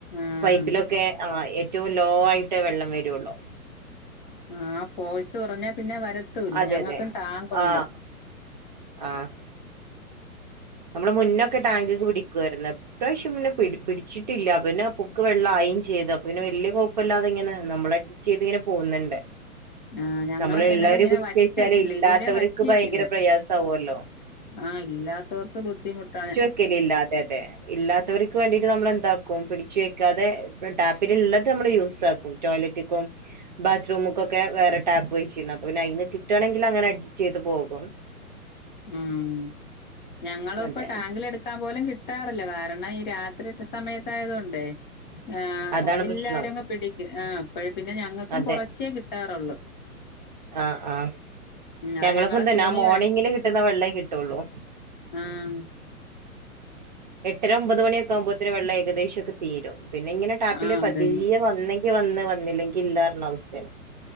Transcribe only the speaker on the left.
ആഹ്
ആഹ് ഫോഴ്സു കുറഞ്ഞാ പിന്നെ വരത്തു ഇല്ല
ഞങ്ങക്കും
ടാങ്കുണ്ട്
ആഹ് ഞങ്ങളെ
കിണറിങ്ങനെ
വറ്റത്തില്ല
ഇതുവരെ വറ്റിയിട്ടില്ല
ആഹ് ഇല്ലാത്തവർക്ക് ബുദ്ധിമുട്ടാണ്
ഉം ഞങ്ങളിപ്പ
ടാങ്കിൽ എടുക്കാൻ പോലും കിട്ട് ട്ടാറില്ല കാരണം ഈ രാത്രി സമയത്തായതു കൊണ്ടേ ഏഹ്
എല്ലാരും
അങ്ങ് പിടി ആഹ് അപ്പഴ് പിന്നെ ഞങ്ങൾക്കും
കുറച്ചേ കിട്ടാറുള്ളൂ.
ഉം അത്
ഞങ്ങള് തുണി
ഉം
ആഹ് അതന്നെ